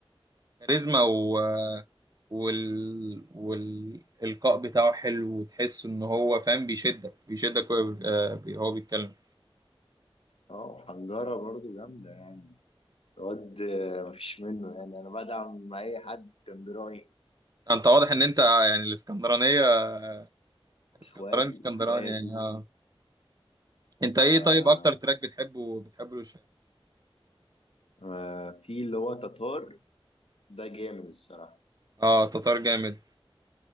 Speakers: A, on the right; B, on the left.
A: كاريزما و وال والإلقاء بتاعه حلو وتحس إن هو فاهم بيشدك بيشدك وهو بي- آه، بي- هو بيتكلم
B: اه حنجرة برضه جامدة يعني. الواد مفيش منه يعني انا بدعم اي حد اسكندراني
A: أنت واضح إن أنت يعني الإسكندرانية اسكندراني
B: اخواتي
A: اسكندراني
B: اخواتي
A: يعني آه. أنت
B: آه
A: إيه طيب أكتر تراك بتحبه بتحبه لشهاب؟
B: آه في اللي هو تتار ده جامد الصراحة
A: آه تتار جامد